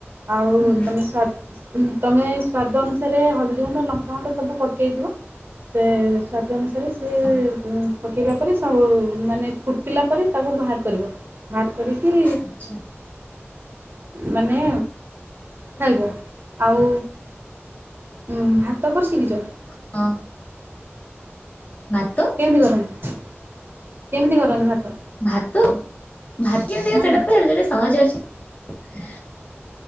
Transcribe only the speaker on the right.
ଆଉ
ତୁମେ ସ୍ୱାଦ ଉଁ ତମେ ସ୍ଵାଦ ଅନୁସାରେ ହଳଦୀ ଗୁଣ୍ଡ ଲଙ୍କାଗୁଣ୍ଡ ସବୁ ପକେଇଥିବ। ସେ ସ୍ୱାଦ ଅନୁସାରେ ସେ
ପକାଇଲା ପରେ ସବୁ ମାନେ ଫୁଟିଲା ପରେ ତାକୁ ବାହାର କରିବ। ବାହାର କରିକି
ମାନେ ଖାଇବ। ଆଉ ଉଁ ଭାତ କୋଉଠୁ ଶିଖିଛ?
କେମିତି କରନ୍ତି? କେମିତି କରନ୍ତି ଭାତ?
ହୁଁ